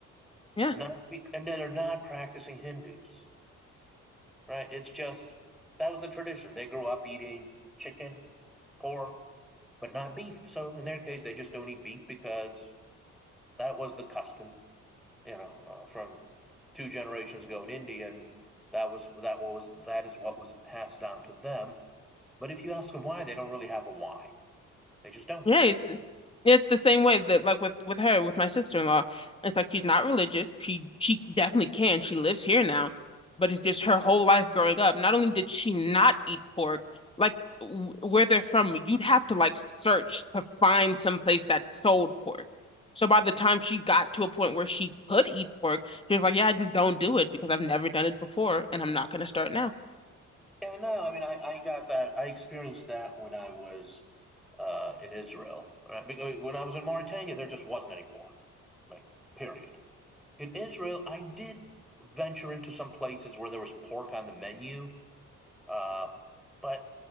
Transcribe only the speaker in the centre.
Not be, and they're not practicing Hindus right? It's just that was the tradition. They grew up eating chicken, pork, but not beef. So in their case, they just don't eat beef because that was the custom, you know, uh, from two generations ago in India, and that was that was that is what was passed down to them. But if you ask them why, they don't really have a why. They just don't.
Yeah, no. I mean, I, I got that. I experienced that when I was uh, in Israel. Right? When I was in Mauritania, there just wasn't any pork. Like, period. In Israel, I did venture into some places where there was pork on the menu, uh, but